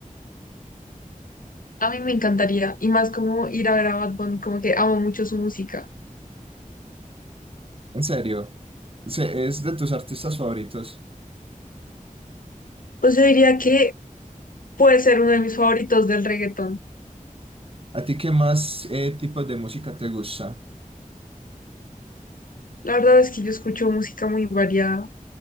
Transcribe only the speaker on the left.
A mí me encantaría, y más como ir a ver a Bad Bunny, como que amo mucho su música.
Pues yo diría que puede ser uno de mis favoritos del reggaetón.
La verdad es que yo escucho música muy variada,